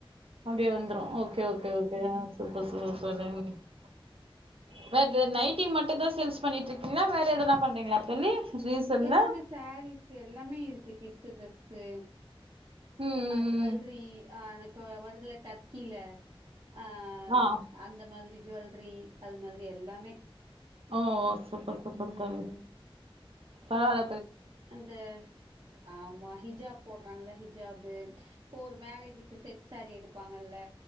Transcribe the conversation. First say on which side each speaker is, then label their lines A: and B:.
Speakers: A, on the right; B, on the right.
A: அப்டியே வந்த்ரு ஓகே ஓகே ஓகே ஆ சூப்பர் சூ <unintelligible> வேற நைட்டி மட்டுந்தா சேல்ஸ் பண்ணிட்ருக்கிங்ளா வேற எதுனா பண்றிங்ளா தோழி ரீசெல்ல
B: எல்லாமே சாரீஸ் எல்லாமே இருக்கு கிட்ஸு ட்ரெஸ்சு
A: ம் ம்
B: அ ஜுவெல்ரி
A: ம்
B: ஆ இப்ப வருதுல டர்க்கில ஆ
A: ஆ
B: அந்த மாதிரி ஜுவல்ரி அது மாதிரி எல்லாமே
A: ஓ ஓ சூப்பர் சூப்பர்
B: ம்
A: தோழி பரவால
B: அந்த ஆமா ஹிஜாப் போடுறாங்கள ஹிஜாபு இப்போ ஒரு மேரேஜுக் கு செட் சாரீ எடுப்பாங்கல்ல